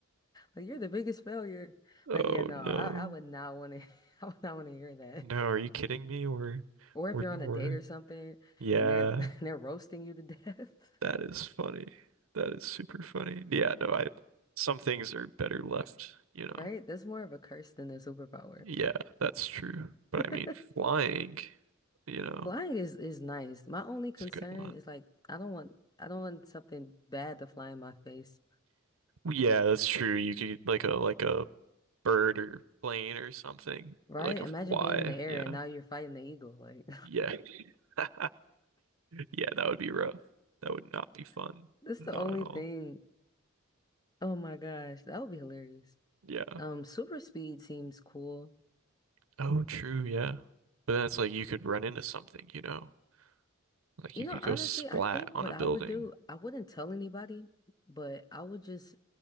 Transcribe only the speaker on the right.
Oh
no.
No, are you kidding me? We're
we're
we're
yeah.
That is funny. That is super funny. Yeah, no, I some things are better left,
you know.
Yeah, that's true. But
I mean flying, you know,
it's a good one.
Yeah, that's true. You could like a like a bird or plane or something,
or like a
fly.
Yeah,
yeah, <laughs> yeah. That would be rough. That would not be fun.
Not
at all.
Yeah.
Oh, true. Yeah. But then it's like you could run into something, you know, like
you
could go
splat
on
a
building.